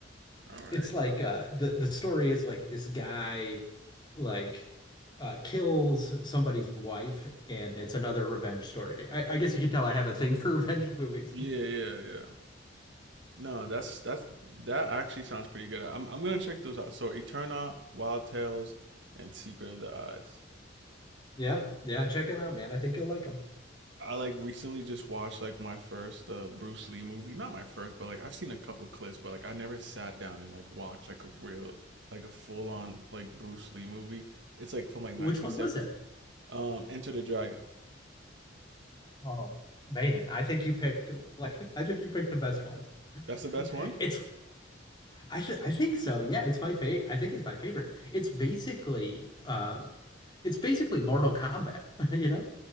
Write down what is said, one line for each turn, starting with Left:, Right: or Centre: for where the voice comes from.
Right: All
Left: It's
Right: right.
Left: like
Right: Uh,
Left: uh, the the story is like this guy like uh, kills somebody's wife, and it's another revenge story. I, I guess you can tell I have a thing for revenge movies.
Right: Yeah,
Left: <laughs>
Right: yeah, yeah. No, that's that's that actually sounds pretty good. I'm I'm gonna check those out. So Eterna, Wild Tales, and Secret of the Eyes.
Left: Yeah, yeah, check him out, man. I think you'll like him.
Right: I like recently just watched like my first uh, Bruce Lee movie. Not my first, but like I've seen a couple clips, but like I never sat down and like watched like a real like a full on like Bruce Lee movie. It's like from like 1970.
Left: Which one was it?
Right: Um, Enter the Dragon.
Left: Oh man, I think you picked like I think you picked the best one.
Right: That's the best
Left: <laughs>
Right: one.
Left: It's I th I think so. Yeah, it's my favorite. I think it's my favorite. It's basically um it's basically Mortal Kombat, <laughs> you know?